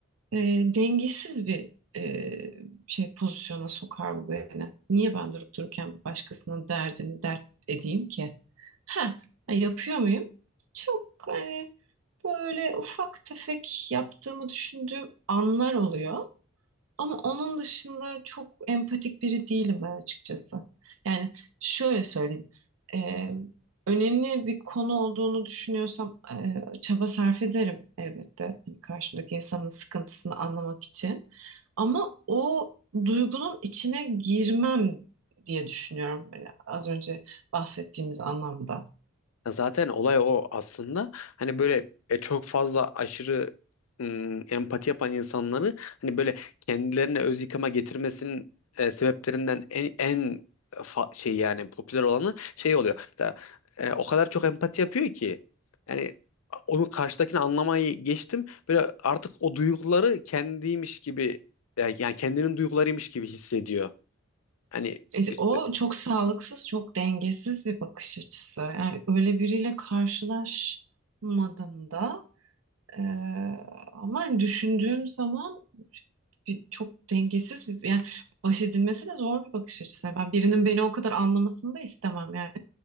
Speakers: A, on the right; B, on the left.
A: e, dengesiz bir e, şey pozisyona sokar bu beni. Niye ben durup dururken başkasının derdini dert edeyim ki? Ha, yapıyor muyum? Çok hani böyle ufak tefek yaptığımı düşündüğüm anlar oluyor. Ama onun dışında çok empatik biri değilim ben açıkçası. Yani şöyle söyleyeyim. Ee, önemli bir konu olduğunu düşünüyorsam e, çaba sarf ederim elbette. Hani karşımdaki insanın sıkıntısını anlamak için. Ama o duygunun içine girmem diye düşünüyorum. Hani az önce bahsettiğimiz anlamda.
B: Ya Zaten olay o aslında. Hani böyle e, çok fazla aşırı ım, empati yapan insanları hani böyle kendilerine öz yıkıma getirmesinin e, sebeplerinden en en fa- şey yani popüler olanı şey oluyor. Mesela, e, o kadar çok empati yapıyor ki yani onu karşıdakini anlamayı geçtim. Böyle artık o duyguları kendiymiş gibi e, yani kendinin duygularıymış gibi hissediyor. Hani
A: E,
B: işte
A: O çok sağlıksız, çok dengesiz bir bakış açısı. Yani öyle biriyle karşılaşmadım da. Ee, ama hani düşündüğüm zaman bir- çok dengesiz bir yani baş edilmesi de zor bir bakış açısı. Yani ben birinin beni o kadar anlamasını da istemem yani.